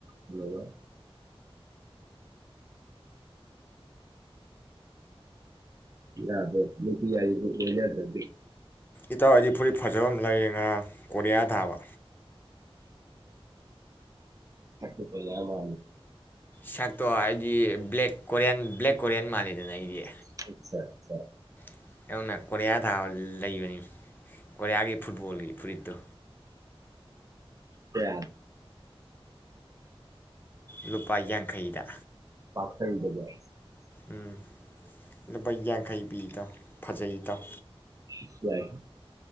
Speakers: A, on the right; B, on the left.
A: ꯄꯨꯜꯂꯒ꯫ ꯌꯥꯗꯦ <unintelligible> ꯌꯦꯡ ꯌꯥꯖꯗ꯭ꯔꯦ꯫
B: ꯏꯇꯥꯎ ꯑꯩꯗꯤ ꯐꯨꯔꯤꯠ ꯐꯖꯕ ꯑꯃ ꯂꯩꯔꯦ ꯉꯔꯥꯡ꯫ ꯀꯣꯔꯤꯌꯥ ꯊꯥꯕ꯫
A: ꯍ ꯍꯣꯏꯄ ꯂꯃ
B: ꯁꯛꯇꯣ ꯑꯩꯗꯤ ꯕ꯭ꯂꯦꯛ ꯀꯣꯔꯤꯌꯥꯟ ꯕ꯭ꯂꯦꯛ ꯀꯣꯔꯤꯌꯟ ꯃꯥꯜꯜꯂꯤꯦꯗꯅ ꯑꯩꯗꯤ
A: <unintelligible>
B: <unintelligible> ꯀꯣꯔꯤꯌꯥ ꯊꯥꯕ <unintelligible> ꯂꯩꯕꯅꯤ ꯀꯣꯔꯤꯌꯥꯒꯤ ꯐꯨꯠꯕꯣꯜꯒꯤ ꯐꯨꯔꯤꯠꯇꯣ
A: ꯇ
B: ꯂꯨꯄꯥ ꯌꯥꯡꯈꯩꯗ
A: <unintelligible>
B: ꯎꯝ ꯂꯨꯄ ꯌꯥꯡꯈꯩ ꯄꯤ ꯏꯇꯥꯎ ꯐꯖꯩ ꯏꯇꯥꯎ
A: ꯁꯤ ꯌꯥꯏ